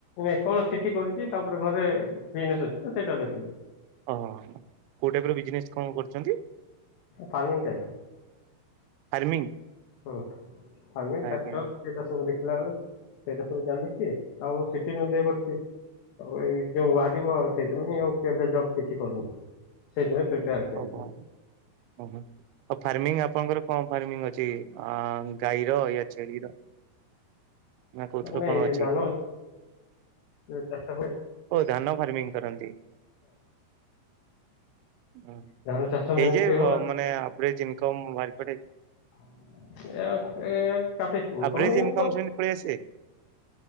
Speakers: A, on the left (about 80°); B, on the right (about 80°).
A: ମେ କଣ ସିଟି କରିଛି ତାପରେ ଘରେ ବିଜନେସ୍ ଅଛି ତ ସେଇଟା ଦେଖୁଛି।
B: ଓହ କ ଟାଇପ୍ର ବିଜନେସ୍ କଣ କରୁଛନ୍ତି?
A: Farming type.
B: ଫାର୍ମିଂ?
A: ହୁଁ ଫର୍ମିଂ
B: ଆଜ୍ଞା
A: ଫେଚର। ସେଇଟା ସବୁ ଦେଖିଲା ବେଳେ ସେଇଟା ସବୁ ଚାଲିଛି ଆଉ ସିଟି ମଧ୍ୟ କରିଛି। ଆଉ ଏଇ ଯୋଉ ଆଜିବ ସେଇଥିପାଇଁ ଆଉ କେବେ ଜବ୍ କିଛି କରୁନି। ସେଇଥିପାଇଁ ପ୍ରିପେୟାରେ ଚାଲଚି।
B: ଓହୋ। ଓହୋ ଆଉ ଫାର୍ମିଂ ଆପଣଙ୍କର କଣ ଫାର୍ମିଂ ଅଛି? ଚି ଆ ଗାଈର ୟ ଛେଳିର ନା କୋଉଥିର
A: ମ ନେଇ
B: କଣ ଅଛି
A: ଧାନ। ଚାଷ <inaudible>
B: ଓ ଧାନ ଫାର୍ମିଂ କରନ୍ତି ଓ
A: ଧାନ ଚାଷ
B: ହେଇଯାଏ
A: ମେନ୍ କେ
B: ଅ ମାନେ ଆପ୍ରେଜ୍ ଇନ୍କମ୍ ବାହାରି ପଡେ।
A: <unintelligible>
B: ଆଭରେଜ ଇନକମ ସେମିତି ପଳେଇ ଆସେ?